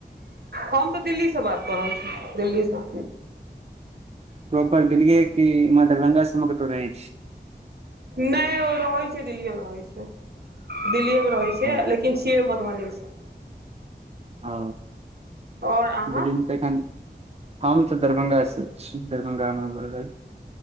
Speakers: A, on the right; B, on the right.
A: हम तऽ दिल्लीसँ बात कऽ रहल छी दिल्लीसँ
B: प्रॉपर देलियै कि दरभंगा सब कतौ रहै
A: नहि ओ रहैत छै दिल्लीए में रहै छै दिल्लीएमे रहैत छै
B: हँ
A: लेकिन किन छियै मधुबनीसँ
B: आ
A: आओर अहाँ
B: ददिन तऽ एन हम तऽ दरभंगा सऽ देख गानमें ब